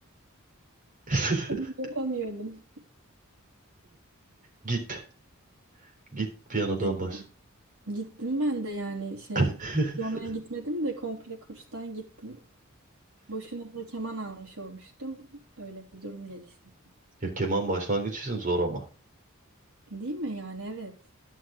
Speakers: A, on the right (about 40°); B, on the right (about 75°).
A: <laughs>
B: Ama Yapamıyordum.
A: Git. Git piyanodan
B: Dedi.
A: baş.
B: Gittim ben de yani şey
A: <laughs>
B: piyanoya gitmedim de komple kurstan gittim. Boşuna da keman almış olmuştum. Öyle bir durum gelişti.
A: Ya keman başlangıç için zor ama.
B: Değil mi yani evet.